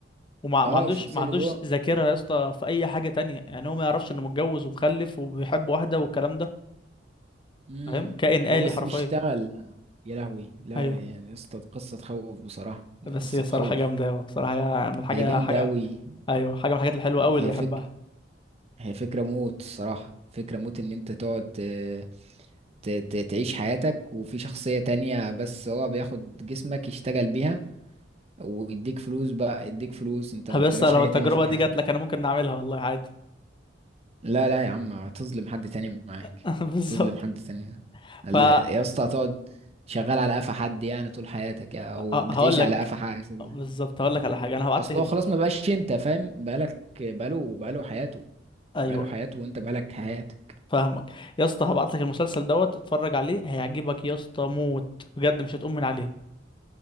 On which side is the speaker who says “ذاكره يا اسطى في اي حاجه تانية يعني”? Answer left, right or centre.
Left